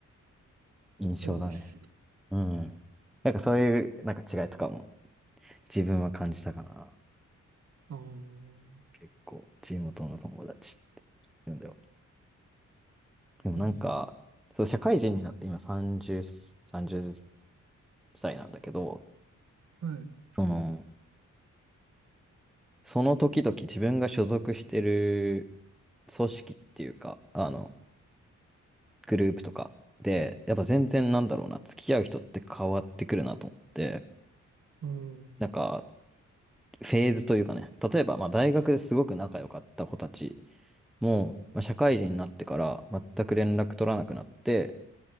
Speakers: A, in the centre; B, on the right (about 60°).
A: 印象だね。
B: そうですね。
A: うん。なんかそういう、なんか違いとかも自分は感じたかな。
B: ああ、
A: 結構、地元の友達って言うんだよ。でもなんか、
B: えー
A: そう、社会人になって今30、30歳なんだけど、
B: はい。
A: その、その時々自分が所属してる組織っていうか、あの、グループとかで、やっぱ全然なんだろうな、付き合う人って変わってくるなと思って、
B: うん。
A: なんか、フェーズというかね、例えば、まあ、大学ですごく仲良かった子たちも、まあ、社会人になってから全く連絡取らなくなって、